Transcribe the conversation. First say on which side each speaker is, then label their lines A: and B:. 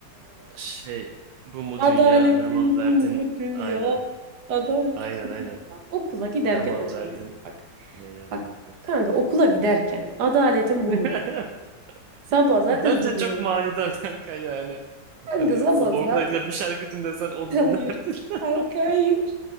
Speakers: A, on the right; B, on the right.
A: Şey bu mu
B: Adaletin
A: dünya ne mal verdin?
B: bu mu dünya.
A: Aynen.
B: Adalet
A: Aynen
B: kılında.
A: aynen.
B: Okula giderken
A: Ne mal
B: açılıyor.
A: verdin?
B: Bak.
A: Ne yardım.
B: Bak kanka okula giderken adaletin bu
A: <laughs>
B: mu? Sabah zaten
A: Bence
B: zor uyanmış.
A: çok manidar <laughs> kanka yani.
B: Kanka
A: Hani
B: sabah
A: sabah
B: zaten.
A: okula gidip bir şarkı dinlesen
B: <laughs>
A: onu dinlerdin.
B: Hayır.
A: <laughs>
B: Kanka hayır.